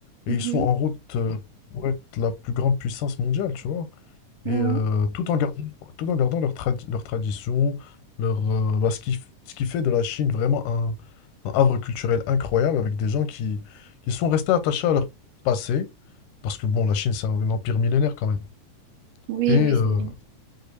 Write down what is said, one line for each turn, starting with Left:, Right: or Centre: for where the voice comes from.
Right: Mhm.
Left: et ils sont en route, euh, pour être la plus grande puissance mondiale, tu vois. Et
Right: Ouais.
Left: euh, tout en gardant, tout en gardant leur tradi- leur tradition, leur, euh, bah, ce qui, f- ce qui fait de la Chine vraiment un, un havre culturel incroyable avec des gens qui, qui sont restés attachés à leur passé. Parce que bon, la Chine, c'est un empire millénaire quand même
Right: Oui,
Left: et,
Right: oui,
Left: heu
Right: c'est vrai.